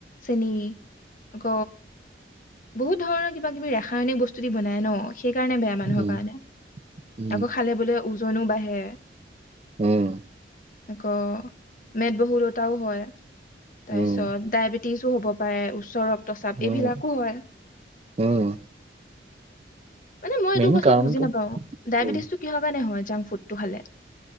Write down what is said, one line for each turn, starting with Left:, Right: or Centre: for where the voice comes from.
Left: চেনিক, গ বহুত ধৰণৰ কিবা কিবি ৰাসায়নিক বস্তু দি বনাই ন। সেইকাৰণে বেয়া মানুহৰ
Right: উম,
Left: কাৰণে,
Right: উম,
Left: আকৌ খালে বোলে ওজনো বাঢ়ে হে।
Right: উম,
Left: আকৌ মেদ বহুলতাও হয় তাৰপিছত
Right: উম,
Left: ডায়েবেটিচ টিজো হ'ব পাৰে ওচৰত তচাপ
Right: উম,
Left: এইবিলাকো হয়
Right: উম
Left: মানে মই এইটো
Right: মেইন
Left: কথা
Right: কাৰণটো
Left: বুজি নাপাও ডায়েবেটিছ
Right: উম,
Left: টো কিহৰ কাৰণে হয় যাং ফুডটো খালে